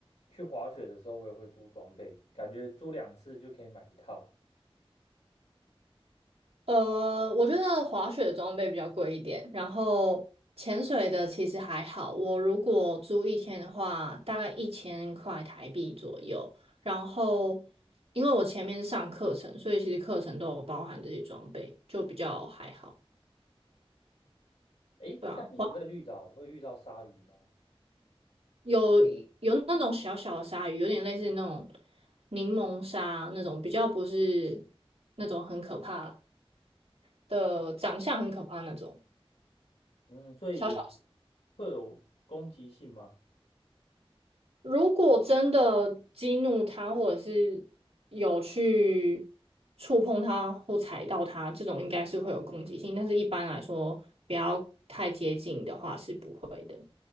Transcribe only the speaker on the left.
去滑雪的时候我也会租装备，感觉租两次就可以买一套。
诶，
像你们在绿岛会遇到鲨鱼吗？
嗯，所以有
会有攻击性吗？